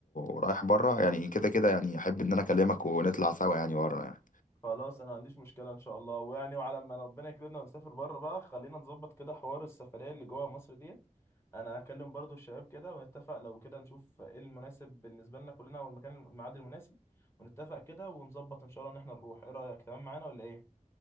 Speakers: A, on the left; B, on the left.
A: ورايح بره يعني كده كده يعني أحب إن أنا أكلمك ونطلع سوا يعني بره يعني
B: خلاص انا ما عنديش مشكله ان شاء الله ويعني وعلى ما ربنا يكرمنا ونسافر بره بقى خلينا نظبط كده حوار السفريه اللي جوه مصر ديت انا هكلم برضو الشباب كده ونتفق لو كده نشوف ايه المناسب بالنسبه لنا كلنا والمكان الميعاد المناسب ونتفق كده ونظبط ان شاء الله ان احنا نروح ايه رايك تمام معانا ولا ايه